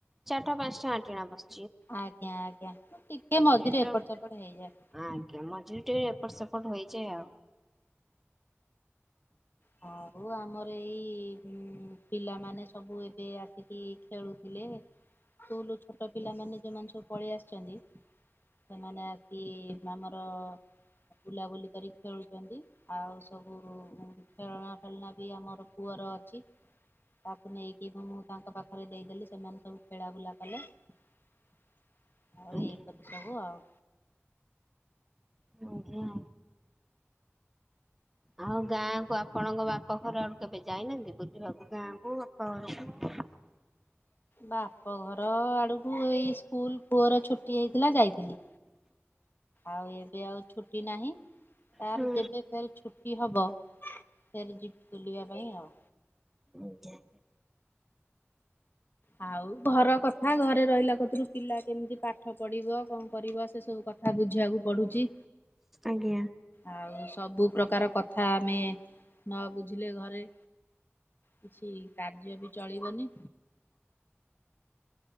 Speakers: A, in the centre; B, on the left.
A: ଚାରିଟା ପାଞ୍ଚଟା ଆଣ୍ଟିଣା ବସ୍
B: ଆଜ୍ଞା-ଆଜ୍ଞା ଟିକେ ମଝିରେ
A: ନେଟୱାର୍କ
B: ଏପଟ୍ ସେପଟ୍ ହେଇଯାଏ।
A: ଆଜ୍ଞା ମଝିରେ ଟିକେ ଏପଟ୍ ସେପଟ୍ ହୋଇଯଏ ଆଉ।
B: ହଁ ଆମର ଏଇ ପିଲାମାନେ ସବୁ ଏବେ ଆସିକି ଖେଳୁଥିଲେ ସ୍କୁଲରୁୁ ଛୋଟ ପିଲାମାନେ ଯେଉଁମାନେ ସବୁ ପଳେଇ ଆସିଚନ୍ତି ସେମାନେ ଆସି ଆମର ବୁଲାବୁଲି କରିକି ଖେଳୁଚନ୍ତି। ଆଉ ସବୁ ଖେଳଣା ଫେଳଣା ବି ଆମର ପୁଅର ଅଛି। ତାକୁ ନେଇକି ମୁଁ ତାଙ୍କ ପାଖରେ ଦେଇଦେଲି ସେମାନେ ସବୁ ଖେଳା ବୁଲା କଲେ। ଆଉ
A: ଆଜ୍ଞା
B: ଏଇପରି ସବୁ ଆଉ।
A: ଆଜ୍ଞା। ଆଉ ଗାଁକୁ ଆପଣଙ୍କ ବାପଘର ଆଡୁ କେବେ ଯାଇନାହାନ୍ତି ବୁଲିବାକୁ ଗାଁକୁ ବାପଘରୁକୁ?
B: ବାପଘର ଆଡୁକୁ ଏଇ ସ୍କୁଲ୍ ପୁଅର ଛୁଟି ହେଇଥିଲା ଯାଇଥିଲି। ଆଉ ଏବେ ଆଉ ଛୁଟି ନାହିଁ, ତାର
A: ହୁଁ
B: ଯେବେ ଫେରେ ଛୁ ଛୁଟି ହବ ଫେରେ ଯିବି ବୁଲିବା ପାଇଁ ଆଉ।
A: ଆଜ୍ଞା।
B: ଆଉ ଘର କଥା ଘରେ ରହିଲା କତୁରୁ ପିଲା କେମିତି ପାଠ ପଢିବ କଣ କରିବ ସେ ସବୁ ତା ବୁଝିବାକୁ ପଡୁଚି।
A: ଆଜ୍ଞା।
B: ଆଉ ସବୁ ପ୍ରକାର କଥା ଆମେ ନ ବୁଝିଲେ ଘରେ କିଛି କାର୍ଯ୍ୟ ବି ଚଳିବନି।